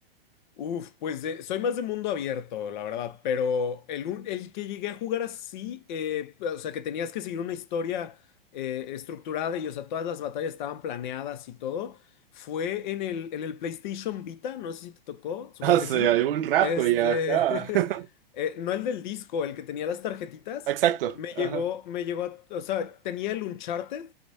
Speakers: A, on the left; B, on the right.
A: Uf, pues de- soy más de mundo abierto, la verdad, pero el, un- el que llegué a jugar así, eh, o sea, que tenías que seguir una historia eh, estructurada y, o sea, todas las batallas estaban planeadas y todo, fue en el, en el PlayStation Vita, no sé si te tocó, supongo
B: Hace
A: que sí,
B: algún rato
A: este,
B: ya, ajá. <laughs>
A: <laughs> eh, no el del disco, el que tenía las tarjetitas,
B: Exacto,
A: me
B: ajá.
A: llegó, me llegó, a- o sea, tenía el Uncharted.